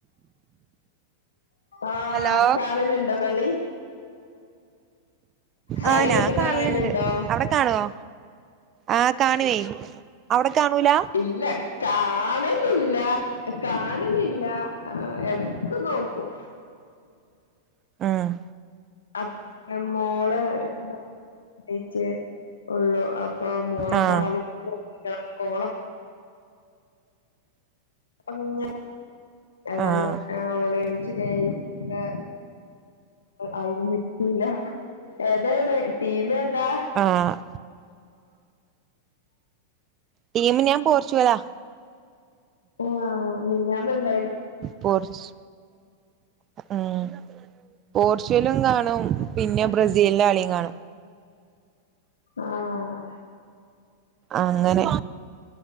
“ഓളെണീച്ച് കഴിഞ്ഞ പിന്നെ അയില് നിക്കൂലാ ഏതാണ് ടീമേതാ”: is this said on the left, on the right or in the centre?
Left